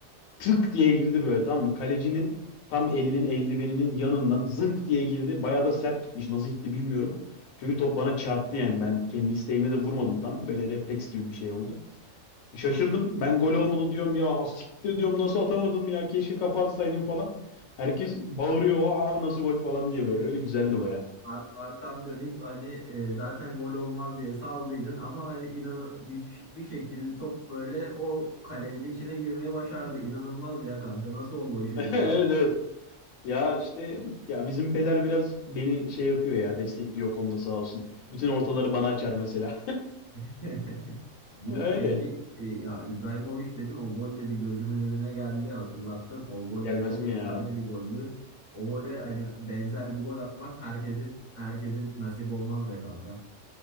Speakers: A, on the left; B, on the left.
A: tık diye girdi böyle tamam mı? Kalecinin tam elinin eldiveninin yanından zınk diye girdi. Bayağı da sert gitmiş. Nasıl gitti bilmiyorum. Çünkü top bana çarptı yani. Ben kendi isteğimle de vurmadım tam. Böyle refleks gibi bir şey oldu. Şaşırdım. Ben gol olmadı diyorum ya. "Ha, Siktir diyorum nasıl atamadım ya. Keşke kafa atsaydım falan. Herkes bağırıyor. Aa nasıl gol falan diye böyle. Öyle güzeldi baya.
B: Ar- arkan dönük hani e, zaten gol olmaz diye saldıydın ama hani inan bir, bir şekilde top böyle o kalenin içine girmeyi başardı. İnanılmaz ya kanka nasıl oldu o iş öyle
A: <laughs>
B: ya?
A: Evet evet. Ya işte ya bizim peder biraz beni şey yapıyor ya destekliyor o konuda sağ olsun. Bütün ortaları bana açar mesela.
B: <laughs> Bu
A: <laughs> Öyle.
B: peki e, ya İbrahimovic dedin o gol de bir gözümün önüne geldi hatırlattın. O gol
A: Gelmez
B: de çok
A: mi
B: efsane
A: ya?
B: bir goldü. O gole hani benzer bir gol atmak herkesin herkesin nasip olmaz be kanka.